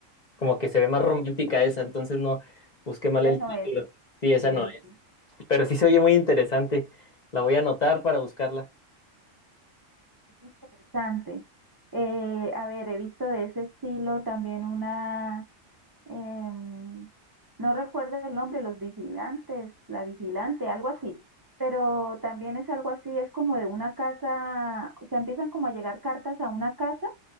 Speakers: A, on the left; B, on the right.
A: como que se ve más
B: No,
A: romántica esa, entonces no, busqué mal
B: antes
A: el
B: no
A: título.
B: es,
A: Sí, esa
B: sí,
A: no
B: sí,
A: es,
B: sí,
A: pero sí se oye muy interesante, la voy a anotar para buscarla.
B: es interesante. Eh, a ver, he visto de ese estilo también una, em, no recuerdo el nombre, Los Vigilantes, La Vigilante, algo así. Pero también es algo así, es como de una casa, o sea, empiezan como a llegar cartas a una casa